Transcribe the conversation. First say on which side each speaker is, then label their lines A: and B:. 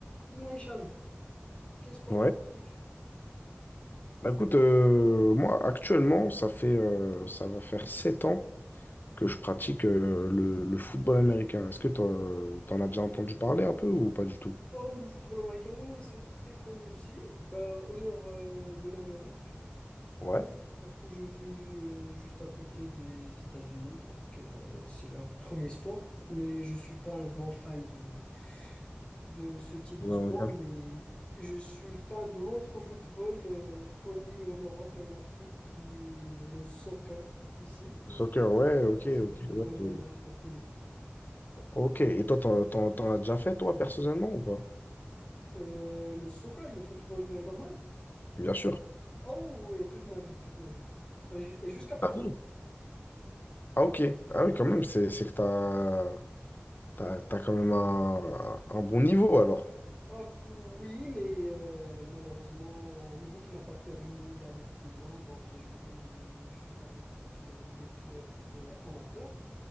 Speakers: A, on the left; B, on the left.
A: Dis-moi, Hicham, quel sport
B: Ouais.
A: tu pratiques?
B: Bah, écoute, euh, moi actuellement, ça fait, euh, ça va faire 7 ans que je pratique euh, le, le football américain. Est-ce que t'en, t'en as déjà entendu parler un peu ou pas du tout?
A: Oh, le football américain, oh, c'est très connu ici, bah, au nord euh, de l'Amérique,
B: Ouais.
A: parce que je vis euh, juste à côté des États-Unis, donc euh, c'est leur premier sport. Mais je suis pas un grand fan de, de ce type de
B: Euh,
A: sport, mais je suis fan de l'autre football euh, connu en Europe et en Afrique, qui est le soccer ici.
B: soccer, ouais, ok,
A: Ouais, C'est
B: ok,
A: le football
B: ouais,
A: normal
B: t'es-
A: qu'on connaît.
B: Ok, et toi, t'en, t'en- t'en as déjà fait, toi, personnellement, ou pas?
A: Euh, le soccer, le football normal?
B: Bien sûr.
A: Oh oui, toute ma vie, toute ma vie. Euh, ju- Et jusqu'à présent.
B: Ah oui. Ah, ok. Ah oui, quand même, c'est c'est que t'as, t'as, t'as quand même un, un bon niveau, alors.
A: Oh, f- oui, mais euh, malheureusement, un niveau qui m'a pas permis d'aller plus loin, donc j'ai joué juste avec euh, des clubs euh, amateurs.